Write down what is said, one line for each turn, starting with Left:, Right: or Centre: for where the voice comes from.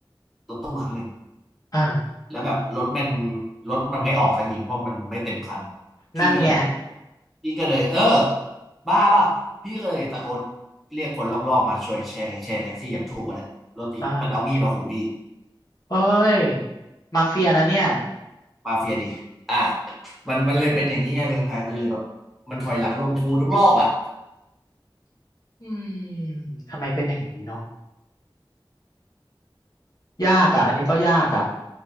Centre: รถตู้ครั้งหนึ่ง
Left: อ่า
Centre: แล้วแบบรถมันรถมันไม่ออกสักทีเพราะมันไม่เต็มคันพี่ก็เลย
Left: นั่นไง
Centre: พี่ก็เลยเออบ้าเปล่ะพี่ก็เลยตะโกนเรียกคนรอบๆมาช่วยแชร์แชร์แท็กซี่อย่างถูกกว่ารถอีกมันเอามีดมาขู่พี่
Left: อ่าเอ้ย มาเฟียนะเนี่ย
Centre: มาเฟียดิอ่ะมันมันเลยเป็นอย่างนี้ไงเมืองไทยมันเลยแบบมันถอยหลังลงคูทุกรอบอ่ะ
Left: อืมทำไมเป็นอย่างนี้เนาะยากอ่ะอันนี้ก็ยากอ่ะ